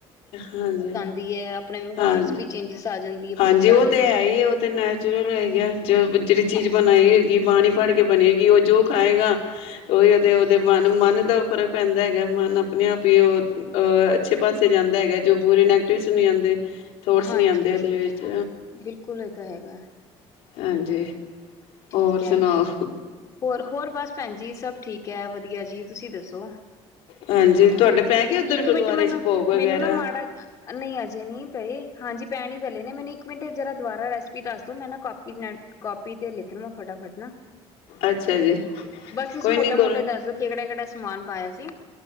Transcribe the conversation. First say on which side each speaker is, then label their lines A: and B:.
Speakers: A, on the left; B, on the left.
A: ਹਾਂਜੀ।
B: ਦੀ ਹੈ ਆਪਣੇ ਵਿਵਹਾਰ
A: ਹਾਂ
B: ਚ ਵੀ ਚੇਂਜਿਸ ਆ ਜਾਂਦੀ ਹੈ
A: ਹਾਂਜੀ
B: ਬਹੁਤ ਸਾਰੀ।
A: ਉਹ ਤੇ ਹੈ ਹੀ ਉਹ ਤੇ ਨ ਚਲੋ ਹੋ ਗਿਆ ਚ ਜਿਹੜੀ ਚੀਜ਼
B: ਹਾਂ
A: ਬਣਾਈ ਹੋਗੀ ਬਾਣੀ ਪੜ੍ਹ ਕੇ ਬਣੀ ਹੋਗੀ ਉਹ ਜੋ ਖਾਏਗਾ। ਉਹੀ ਉਹਦੇ ਉਹਦੇ ਮਨ ਮਨ ਦਾ ਉਪਰ ਉਹ ਕਹਿੰਦਾ ਹੈਗਾ ਮਨ ਆਪਣੇ ਆਪ ਹੀ ਉਹ ਅੱਛੇ ਪਾਸੇ ਜਾਂਦਾ ਹੈਗਾ ਜੋ ਬੂਰੇ ਨੈਗੇਟਿਵਸ ਨਹੀਂ ਆਉਂਦੇ। ਥੋੜਸ
B: ਹਾਂਜੀ
A: ਨੀ ਆਉਂਦੇ ਉਹਦੇ ਵਿੱਚ
B: ਬਿਲਕੁਲ ਇਹ ਤਾਂ ਹੈਗਾ
A: ਹਾਂਜੀ,
B: ਠੀਕ
A: ਹੋਰ ਸੁਣਾਓ?
B: ਹੈ ਹੋਰ ਹੋਰ ਬਸ ਭੈਣ ਜੀ ਸਭ ਠੀਕ ਹੈ ਵਧੀਆ ਜੀ ਤੁਸੀਂ ਦੱਸੋ।
A: ਹਾਂਜੀ ਤੁਹਾਡੇ ਪੈ ਗਏ ਉੱਧਰ
B: ਇੱਕ
A: ਗੁਰਦੁਆਰੇ
B: ਮਿੰਟ ਮੈਨੂੰ,
A: ਚ ਭੋਗ ਵਗੈਰਾ
B: ਮੈਨੂੰ ਨਾ ਮਾੜਾ ਨਹੀਂ ਅਜੇ ਨਹੀਂ ਪਏ ਹਾਂਜੀ ਪੈਣ ਹੀ ਪਲੇ ਨੇ ਮੈਨੂੰ ਇੱਕ ਮਿੰਟ ਜਰਾ ਦੁਬਾਰਾ ਰੈਸਪੀ ਦੱਸ ਦੋ ਮੈਂ ਨਾ ਕਾਪੀ ਕੀ ਨੇਟ ਕਾਪੀ ਤੇ ਲਿਖਣਾ ਫਟਾਫਟ ਨਾ,
A: ਅੱਛਾ ਜੀ
B: ਬਸ ਤੁਸੀਂ
A: ਕੋਈ
B: ਮੋਟਾ
A: ਨੀ ਕੋ
B: ਮੋਟਾ ਇ ਦੱਸ ਦੋ ਕਿਹੜਾ ਕਿਹੜਾ ਸਮਾਨ ਪਾਇਆ ਸੀ।